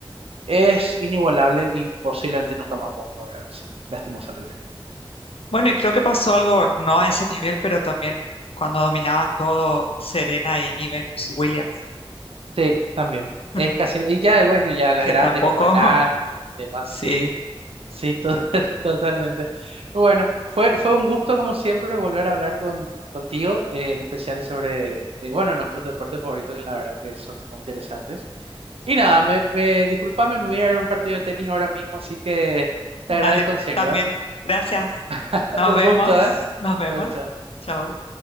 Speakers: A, on the right; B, on the left.
A: es inigualable y posiblemente nunca más podamos ver algo así, lastimosamente.
B: Bueno, y creo que pasó algo, no a ese nivel, pero también cuando dominaban todo Serena y, y Venus Williams,
A: Sí, también.
B: <laughs>
A: Es casi, y ya, bueno, ya las
B: que
A: grandes
B: tampoco,
A: como Enan, demás,
B: <laughs> sí.
A: sí, sí, to-
B: sí.
A: <laughs> totalmente. Bueno, fue, fue un gusto como siempre volver a hablar con, contigo, eh, en especial sobre, eh, bueno, nuestros deportes favoritos, que la verdad que son muy interesantes. Y nada, me, me, disculpame, me voy a ir a un partido de tenis ahora mismo, así que te
B: Dale,
A: agradezco en serio,
B: también,
A: ¿eh?
B: gracias.
A: <laughs>
B: Nos
A: Un
B: vemos,
A: gusto, ¿eh?
B: nos vemos.
A: Chao, chao.
B: Chao.